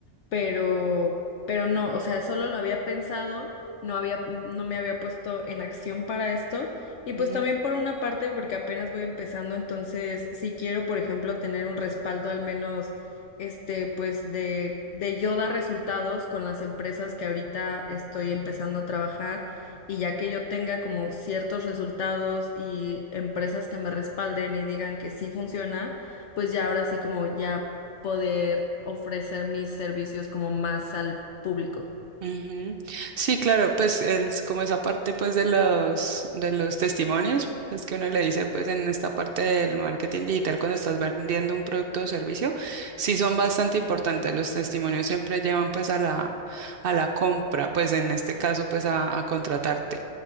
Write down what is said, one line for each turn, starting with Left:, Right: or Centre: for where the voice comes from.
Left: pero, pero no, o sea, solo lo había pensado, no había, no me había puesto en acción para esto, y pues
Right: <laughs> Ujú.
Left: también por una parte, porque apenas voy empezando, entonces, si quiero, por ejemplo, tener un respaldo al menos, este, pues de, de yo dar resultados con las empresas que ahorita estoy empezando a trabajar, y ya que yo tenga como ciertos resultados y empresas que me respalden y digan que sí funciona, pues ya ahora sí como ya poder ofrecer mis servicios como más al público.
Right: Ujú. Sí, claro, pues es como esa parte pues de los de los testimonios, es que uno le dice pues en esta parte del marketing digital cuando estás vendiendo un producto o servicio, sí son bastante importantes. Los testimonios siempre llevan pues a la a la compra, pues en este caso pues a, a contratarte.